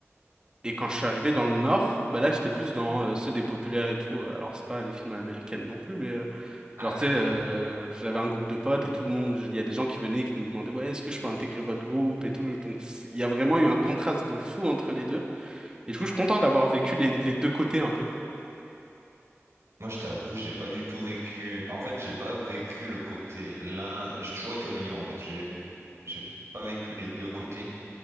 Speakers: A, on the right; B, on the right.
A: Et quand je suis arrivé dans le nord, bah là, j'étais plus dans euh, ceux des populaires et tout. Euh, Alors, c'est pas les films à l'américaine non plus, mais euh,
B: Ah
A: Genre, tu
B: oui.
A: sais, euh, j'avais un groupe de potes et tout le monde, il y a des gens qui venaient qui nous demandaient, ouais, est-ce que je peux intégrer votre groupe et tout. Donc, c'est- il y a vraiment eu un contraste de fou entre les deux. Et du coup, je suis content d'avoir vécu les, les deux côtés un peu.
B: Moi, je t'avoue, j'ai pas du tout vécu. En fait, j'ai pas vécu le côté l'un. J'ai toujours été au milieu en fait. J'ai, j'ai pas vécu les deux côtés.